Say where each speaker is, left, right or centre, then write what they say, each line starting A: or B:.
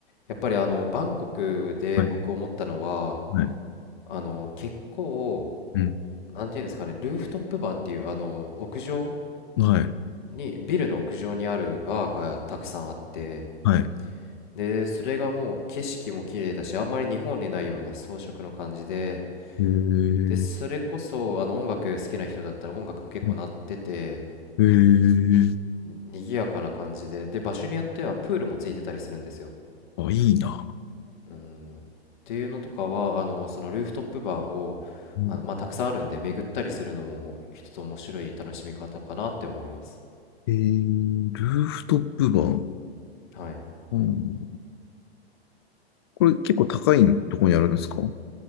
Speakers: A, on the left; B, on the left.
A: やっぱりあの、バンコクで僕思ったのは、
B: はい。はい。
A: あの、結構、
B: うん。
A: なんていうんですかね、ルーフトップバーっていう、あの、屋上
B: はい。
A: に、ビルの屋上にあるバーがたくさんあって、
B: はい。
A: で、それがもう景色も綺麗だし、あんまり日本にないような装飾の感じで、
B: へえ。う
A: で、それこそ、あの、音楽好きな人だったら音楽も結構鳴ってて、
B: んへえ。
A: 賑やかな感じで、で、場所によってはプールもついてたりするんですよ。
B: あ、いいな。
A: うん。っていうのとかは、あの、そのルーフトップバーを、
B: うん、
A: あの、まあ、たくさんあるんで、巡ったりするのも一つ面白い楽しみ方かなって思います。
B: えー、ルーフトップバー。
A: はい。
B: うん。これ結構高いところにあるんですか